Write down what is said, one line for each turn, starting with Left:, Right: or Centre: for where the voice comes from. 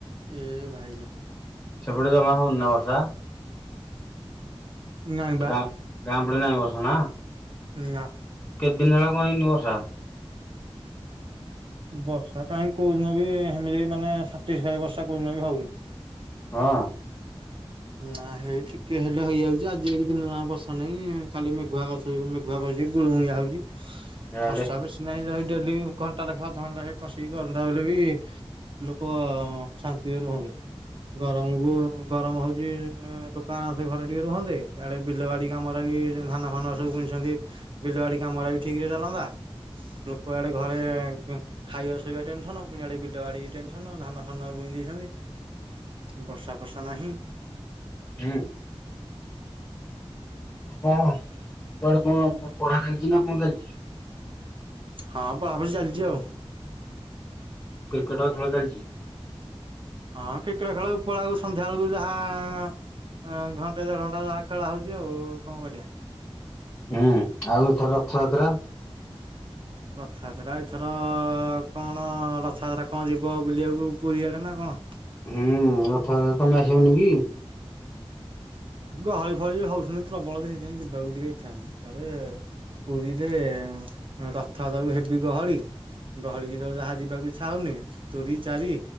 Right: ଏ ଭାଇରେ
Left: ସେପଟେ ଜମା ହଉନି ନା ବର୍ଷା?
Right: ନାଇଁ ବା
Left: ଗାଁ ଗାଁ ପଟେ ନାଇ ବର୍ଷା ନା।
Right: ନାଁ।
Left: କେତେ ଦିନ ହେଲା କଣ ହେଇନି ବର୍ଷା?
Right: ବର୍ଷା କାଇଁ କୋଉଦିନ ବି ସେମିତି ମାନେ ଷାଟିସଫାଏ ବର୍ଷା କୋଉଦିନ ବି ହଉନି?
Left: ହଁ।
Right: ନାଁ ହେଇ ଟିକେ ହେଲେ ହେଇଯାଉଛି ଆଜି ଏଠି ଦିନ ଜାଗା ବର୍ଷା ନାହିଁ ଖାଲି ମେଘୁଆ ଅଛି। ସେ ମେଘୁଆ କରିଛି ଗୁଳଗୁଳିଆ ହଉଛି
Left: ଇଆଡେ
Right: ବର୍ଷା ବେଶୀ ନାଇଁ ରହି ଡେଲି ଘଣ୍ଟା ଲେଖେ ଅଧଘଣ୍ଟା ଲେଖେ କସିକି ହନ୍ତା ବୋଲି ବି ଲୋକ ଶାନ୍ତିରେ ରୁହନ୍ତେ ଗରମକୁ ଗରମ ହଉ ଲୋକ ଆରାମସେ ଘରେ ଟିକେ ରୁହନ୍ତେ ଇଆଡେ ବିଲ ବାଡି କାମରେ ବି ଧାନ ଫାନ ସବୁ ବୁଣିଛନ୍ତି ବିଲ ବାଡି କାମଗୁଡା ବି ଠିକରେ ଚାଲନ୍ତା ଲୋକ ଆଡେ ଘରେ ଖାଇବା ଶୋଇବା ଟେନସନ ପୁଣି ଇଆଡେ ବିଲ ଆଡେ଼ ଟେନସନ ଧାନ ଫାନ ବୁଣି ଦେଇଛନ୍ତି। ବର୍ଷା ଫର୍ଷା ନାହିଁ।
Left: ହୁଁ। କଣ କୁଆଡେ କଣ ପଢା ଚାଲିଛି ନା କଣ ଚାଲିଛି?
Right: ହଁ ପଢ଼ାପଢି ଚାଲିଛି ଆଉ
Left: କ୍ରିକେଟ ଆ ଖେଳ ଚାଲିଛି
Right: ହଁ କ୍ରିକେଟ ଖେଳ ଉପରଆଳକୁ ସନ୍ଧ୍ୟା ବେଳକୁ ଯାହା ଅ ଘଣ୍ଟେ ଦେଢ ଘଣ୍ଟା ଯାହା ଖେଳ ହଉଛି ଆଉ କଣ କରିବା?
Left: ହୁଁ ଆଉ ଏଥର ରଥଯାତ୍ରା।
Right: ରଥଯାତ୍ରା ଏଥର କଣ ରଥଯାତ୍ରା କଣ ଯିବ ବୁଲିବାକୁ ପୁରୀଆଡ଼େ ନା କଣ?
Left: ହୁଁ ରଥଯାତ୍ରାରେ ତମେ ଆସିବନି କି?
Right: ଗହଳି ଫହଳି ହଉଛନ୍ତିି ପ୍ରବଳ ତ ହେଇଥି ପାଇଁ ଯିବାକୁ ଟିକେ ଇଚ୍ଛା ହଉନି ତାପରେ ପୁରୀରେ ରଥଯାତ୍ରାକୁ ହେବି ଗହଳି ଗହଳିକୁ ଯାହା ଯିବାକୁ ଇଚ୍ଛା ହଉନି ଚୋରି ଚାରି